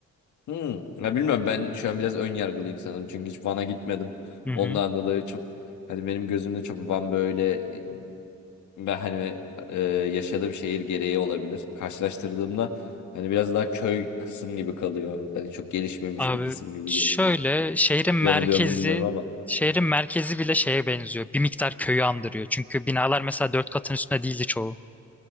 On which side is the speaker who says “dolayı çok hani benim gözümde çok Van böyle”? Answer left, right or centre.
Left